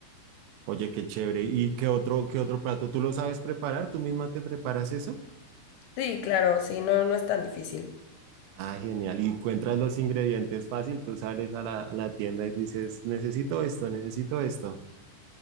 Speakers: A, on the right; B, on the left.
A: Oye, qué chévere. ¿Y qué otro, qué otro plato? ¿Tú lo sabes preparar? ¿Tú misma te preparas eso?
B: sí, claro, sí, no, no es tan difícil.
A: Ah, genial. Y encuentras los ingredientes fácil. Tú sales a la, a la tienda y dices, necesito esto, necesito esto.